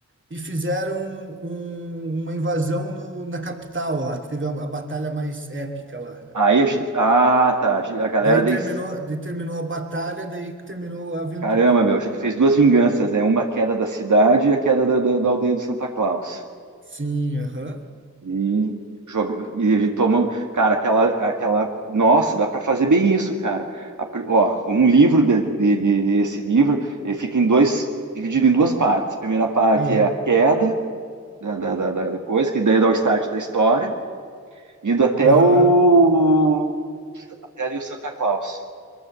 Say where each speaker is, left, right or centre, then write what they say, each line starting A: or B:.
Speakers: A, on the right; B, on the right.
A: e fizeram um- uma invasão no- na capital lá, que teve a, a batalha mais épica lá.
B: Aí a gente. Ah, tá. A gente- a galera
A: Daí
B: desse.
A: terminou, daí terminou a batalha, daí que terminou a aventura.
B: Caramba, meu, a gente fez duas vinganças, né? Uma queda da cidade e a queda da, da- da aldeia do Santa Claus.
A: Sim, aham.
B: E, joga... e a gente tomou. Cara, aquela, aquela. Nossa, dá para fazer bem isso, cara. A pri- Ó, um livro de, de- de- de- esse livro, ele fica em dois. dividido em duas partes. A primeira parte
A: Ah,
B: é a queda da, da, da, da coisa, que daí dá o start da história, indo até
A: Aham.
B: o. até ali o Santa Claus.